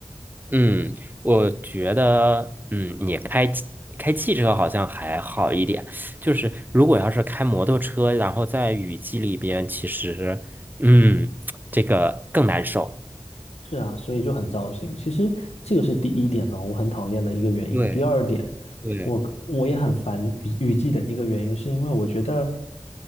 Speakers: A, on the right; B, on the left.
A: 嗯，我觉得，嗯，你开汽开汽车好像还好一点，就是如果要是开摩托车，然后在雨季里边，其实，嗯，这个更难受。
B: 是啊，所以就很糟心。其实这个是第一点呢，我很讨厌的一个原因。
A: 对
B: 第二点，
A: 对。
B: 我我也很烦雨雨季的一个原因，是因为我觉得